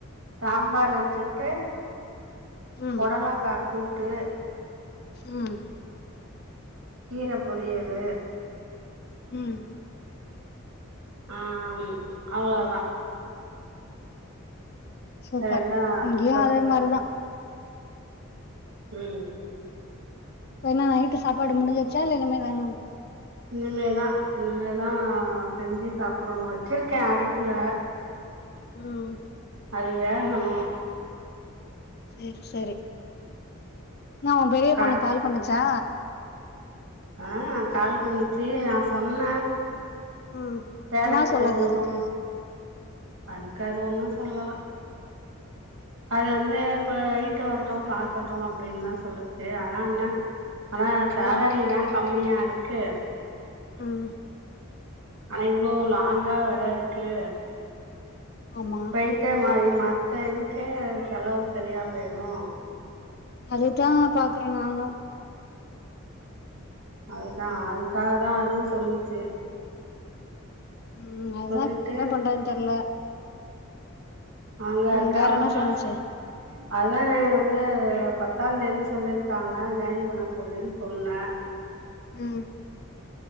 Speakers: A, on the right; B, on the left.
A: சாம்பார் வச்சிட்டு
B: ம்
A: பொடலங்கா கூட்டு
B: ம்
A: கீர பொரியலு
B: ம்
A: ஆம் அவ்ளோதா
B: சூப்பர்
A: ரெண்டு
B: இங்கியு
A: தொட்டுக்க
B: அதே மார்தா
A: ம்
B: இப்ப என்ன நைட்டு சாப்பாடு முடிஞ்சிர்ச்சா இல்ல இனிமே தானா
A: இனிமேதா இனிமேதா செஞ்சி சாப்புடனு வெச்சிருக்கே அடுப்புல
B: ம்
A: அது வேகணு
B: செரி செரி நா உ பெரிய
A: கா
B: பொண்ணு கால் பண்ணுச்சா
A: ஆ கால் பண்ணிச்சி நா சொன்ன
B: ம்
A: வேலைக்
B: என்னா சொல்லுது
A: போனு
B: அதுக்கு
A: அதுக்கு அது ஒண்ணு சொல்லல அது வந்து போய்ட்டு வரட்டு பாக்கட்டு அப்டின்லா சொல்லுச்சி ஆனா என்ன ஆனா சேலரிதா
B: ம்
A: கம்மியாருக்கு
B: ம்
A: ஆனா இவ்ளோ லாங்கா வேற இருக்கு
B: ஆமா
A: நைட்டே மாரி மத்த இதுக்கே செலவு செரியா போய்டு
B: அதுதா பாக்குறே நானு
A: அதுதா அதுக்காக தா அதுவு சொல்லுச்சி
B: ம் அதுதா
A: சொல்லிட்டு
B: என்ன பண்றதுன் தெர்ல
A: அங்க
B: ம்
A: அருக்க
B: வேற
A: அவுங்க
B: என்ன சொன்னுச்சு
A: ச அதா ஆ வந்து பத்தா தேதி சொல்லிர்க்காங்க ஜாயின் பண்ண சொல்லுன் சொன்ன
B: ம்